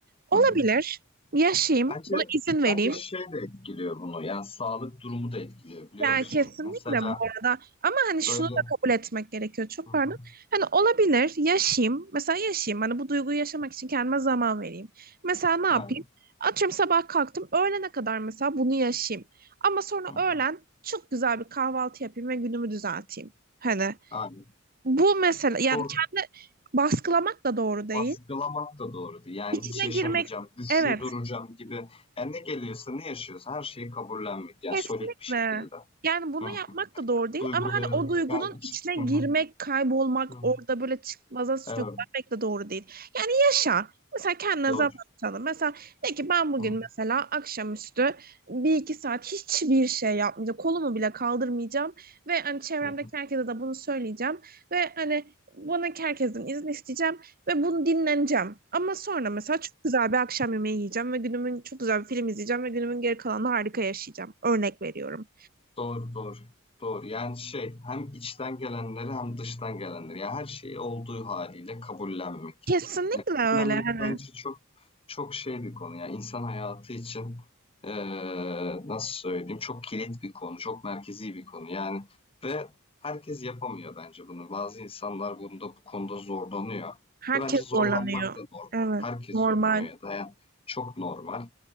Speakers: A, on the right; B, on the left.
A: Olabilir.
B: hı hı.
A: Yaşayayım,
B: Bence
A: buna izin vereyim.
B: bence şey de etkiliyor bunu. Yani sağlık durumu da etkiliyor biliyor
A: Yani
B: musun?
A: kesinlikle
B: Mesela
A: bu arada ama hani şunu
B: böyle
A: da kabul etmek gerekiyor çok
B: Hı hı,
A: pardon. Hani olabilir yaşayayım mesela yaşayayım hani bu duyguyu yaşamak için kendime zaman vereyim. Mesela ne yapayım?
B: aynen,
A: Atıyorum sabah kalktım öğlene kadar mesela bunu yaşayayım. Ama sonra
B: hı hı,
A: öğlen çok güzel bir kahvaltı yapayım ve günümü düzelteyim. Hani
B: aynen.
A: bu mesela yani
B: Doğru.
A: kendi baskılamak da doğru değil.
B: Baskılamak da doğru değil. Yani
A: İçine
B: hiç yaşamayacağım,
A: girmek
B: güçlü
A: evet
B: duracağım gibi. Yani ne geliyorsa ne yaşıyorsa her şeyi kabullenmek. Yani
A: Kesinlikle.
B: solit bir şekilde.
A: Yani bunu
B: Hı hı.
A: yapmak da doğru değil
B: Duyguları
A: ama hani o duygunun
B: yani iç-
A: içine girmek,
B: hı hı,
A: kaybolmak,
B: hı hı.
A: orada böyle çıkmaza sürüklenmek
B: Evet,
A: de doğru değil. Yani yaşa. Mesela kendine
B: doğru.
A: zaman tanı. Mesela de ki ben bugün
B: Hı hı,
A: mesela akşamüstü bir iki saat hiçbir şey yapmayacağım. Kolumu bile kaldırmayacağım ve hani çevremdeki
B: hı hı,
A: herkese de bunu söyleyeceğim ve hani bana herkesten izin isteyeceğim. Ve bunu dinleneceğim. Ama sonra mesela çok güzel bir akşam yemeği yiyeceğim ve günümün çok güzel bir film izleyeceğim ve günümün geri kalanını harika yaşayacağım. Örnek veriyorum.
B: Doğru, doğru. Doğru. Yani şey hem içten gelenleri hem dıştan gelenleri. Yani her şeyi olduğu haliyle kabullenmek.
A: Kesinlikle
B: Yani
A: öyle.
B: kabullenmek
A: Hani
B: bence çok çok şey bir konu. Yani insan hayatı için eee, nasıl söyleyeyim çok kilit bir konu. Çok merkezi bir konu. Yani ve herkes yapamıyor bence bunu. Bazı insanlar bunda bu konuda zorlanıyor.
A: herkes
B: Ve bence zorlanmak
A: zorlanıyor.
B: da normal.
A: Evet,
B: Herkes
A: normal.
B: zorlanıyor ya da yani çok normal.